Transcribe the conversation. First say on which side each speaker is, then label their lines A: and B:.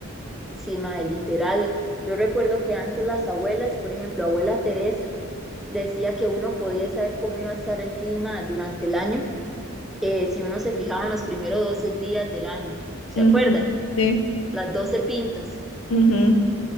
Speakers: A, in the centre; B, on the left.
A: sí, ma, literal. Yo recuerdo que antes las abuelas, por ejemplo, abuela Teresa, decía que uno podía saber cómo iba a estar el clima durante el año eh, si uno se fijaba en los primeros 12 días del año. ¿Se
B: ujú,
A: acuerda?
B: Sí,
A: Las 12 pintas.
B: ujú,